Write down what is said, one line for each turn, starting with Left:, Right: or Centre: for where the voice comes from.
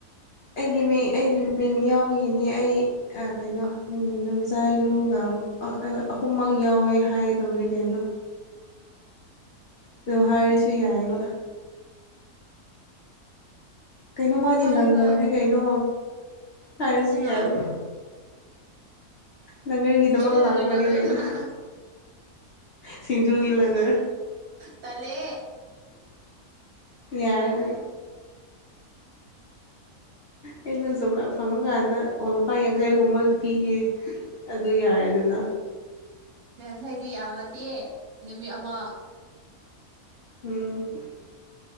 Left: ꯑꯩꯒꯤ ꯃꯤ ꯑꯩꯒꯤ ꯃꯤꯡ ꯌꯥꯎꯕꯒꯤꯅꯤ ꯑꯩ ꯀꯩꯅꯣ ꯅꯝꯖꯥꯏꯂꯨꯒ ꯑꯍꯨꯝꯃꯛ ꯌꯥꯎꯋꯦ ꯍꯥꯏꯒꯗꯕꯅꯤ ꯀꯩꯅꯣ ꯑꯗꯨ ꯍꯥꯏꯔꯁꯨ ꯌꯥꯏꯑꯕ ꯀꯩꯅꯣ ꯃꯥꯗꯤ
Right: ꯍꯥꯏꯔꯒ
Left: ꯂꯪꯒꯔꯅꯦ ꯀꯩꯅꯣ ꯍꯥꯏꯔꯁꯨ
Right: ꯀꯅꯥ
Left: ꯌꯥꯏꯕ ꯅꯪꯒꯔꯒꯤꯗꯃꯛ
Right: ꯑꯩꯅ ꯂꯪꯒꯔ
Left: ꯂꯥꯛꯄꯅꯦ
Right: ꯇꯧꯗꯣꯏꯕ
Left: ꯀꯩꯅꯣ ꯁꯤꯁꯤꯡꯖꯨꯒꯂꯒ
Right: ꯇꯂꯦ
Left: ꯌꯥꯔꯦꯅ ꯑꯩꯅꯁꯨ ꯐꯪꯉꯀꯥꯟꯗ ꯑꯣ ꯂꯨꯄꯥ ꯌꯥꯡꯈꯩꯒꯨꯝꯕ ꯄꯤꯌꯦ ꯑꯗꯨ ꯌꯥꯔꯦꯗꯅ
Right: ꯅꯍꯥꯡꯈꯩꯗꯤ ꯌꯥꯝꯃꯗꯦ ꯅꯨꯃꯤꯠ ꯑꯃ
Left: ꯎꯝ